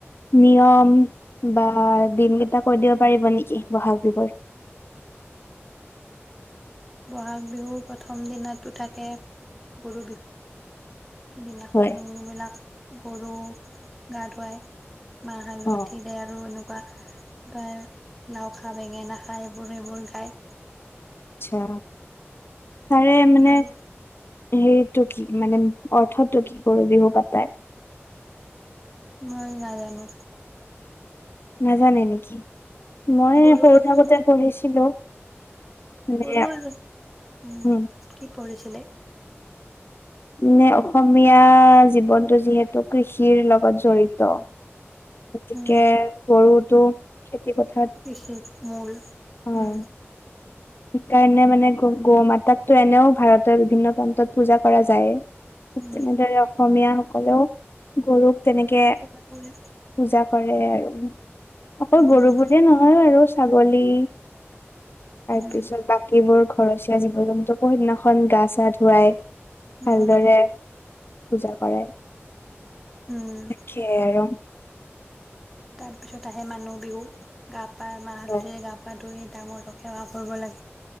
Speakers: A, on the left (about 55°); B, in the centre.
A: নিয়ম বা দিন কেইটা কৈ দিব পাৰিব নেকি? বহাগ বিহুৰ
B: বহাগ বিহুৰ প্ৰথম দিনাটো থাকে, গৰু বিহু। সিদিনাখন,
A: হয়,
B: বিলাক গৰু গা ধুৱাই। মাহ হালধিৰে
A: অ'
B: আৰু এনেকুৱা কিবা লাও খা, বেঙেনা খা এইবোৰ-এইবোৰ গায়।
A: আচ্ছা। তাৰে মানে
B: আৰু
A: হেৰি টো কি মানে অৰ্থটো কি কৰো বিহু পাতা?
B: মই নাজানো।
A: নাজানে নেকি? মই
B: গৰুটো
A: সৰু থাকোতে পঢ়িছিলো। মানে
B: গৰুৰ উম
A: উম,
B: কি পঢ়িছিলে?
A: মানে অসমীয়া জীৱনটো যিহেতু কৃষিৰ লগত জড়িত। গতিকে
B: উম
A: গৰুটো খেতি পথাৰত
B: কৃষিৰ মূল উম
A: হয় সেইকাৰণে মানে গ গৌ মাতাকো এনেও ভাৰতৰ বিভিন্ন প্ৰান্তত পূজা কৰা যায় ঠিক
B: উম
A: তেনেদৰে অসমীয়া কলেও গৰুক তেনেকে
B: পূজা কৰে
A: পূজা কৰে আৰু অকলৌ
B: উম
A: গৰু বুলিয়ে নহয় আৰু ছাগলী
B: উম
A: ত তাৰ পিছত বাকীবোৰ ঘৰচীয়া জীৱ জন্তুকন্্যখন গা গা ধুৱাই
B: উম
A: ভালদৰে পূজা কৰে
B: উম
A: তাকেইাই আৰু
B: তাৰপিছত আহে মানুহ বিহু গাপ পায় মাহ হালধিৰে
A: হয়
B: গা পা ধুই ডাঙৰটো সেৱা কৰিব লাগে